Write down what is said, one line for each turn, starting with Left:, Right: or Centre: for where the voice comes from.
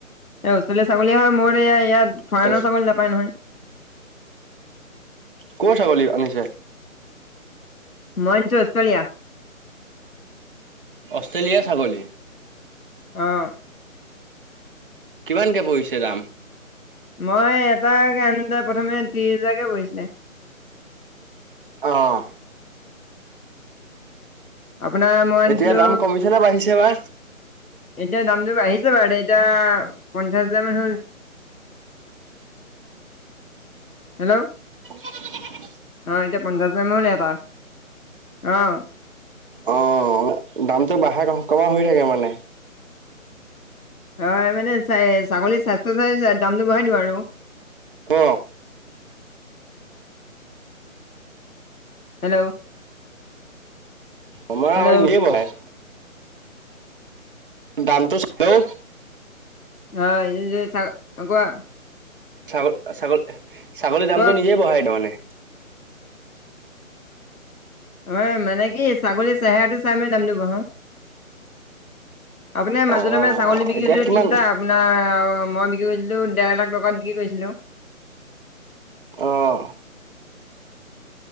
Left: এই অষ্ট্ৰেলিয়া ছাগলী হয় মোৰ ইয়াত ফৰেইনৰ
Right: তাৰপিছ
Left: ছাগলী নাপায় নহয়
Right: ক ছাগলী আনিছে?
Left: মই আনিছোঁ অষ্ট্ৰেলিয়া
Right: অষ্ট্ৰেলিয়াৰ ছাগলী
Left: আহ
Right: কিমানকে পৰিছে দাম
Left: মই এটাকে আনিলে প্ৰথমে ত্ৰিশ হোজাৰকে পৰিহিছিলে
Right: আহ
Left: আপোনাৰ মই আনিছিলো
Right: এতিয়া দাম কমিছে নে বাঢ়িছে বা
Left: এতিয়া দামটো বাঢ়িছে বাৰু দে এতিয়া পঞ্চাশহেজাৰ মান হল হেল্ল
Right: পে পে পে
Left: অ এতিয়া পঞ্চাশ হেজাৰ মান হল এটাত আহ
Right: অ দামটো বাঢ়া কমা হৈ থাকে মানে
Left: হয় মানে চ ছাগলীৰ স্বাস্থ্য চাই দামটো বঢ়াই দিওঁ আৰু
Right: ক
Left: হেল্ল'
Right: আমাৰ
Left: হেল্ল'
Right: মে নিজে বহাই দামটো চাও
Left: অ, চ আগুৱোৱা। <unintelligible>
Right: ছাগ - ছাগল - ছাগলীৰ দামটো
Left: কওক
Right: নিজে বঢ়াই তাৰমানে মানে।
Left: অ, মানে কি ছাগলীৰ চেহেৰাটো চাই মানে দাম দ বহাও। আপোনাৰ মাজতে-
Right: অ',
Left: মাজে ছাগলী বিকিছিলে
Right: এতিয়া কিমান
Left: তিনটা আপোনাৰ মই বিক্ৰী কৰিছিলো দেৰ লাখ টকাত বিক্ৰী কৰিছিলো।
Right: অহ ',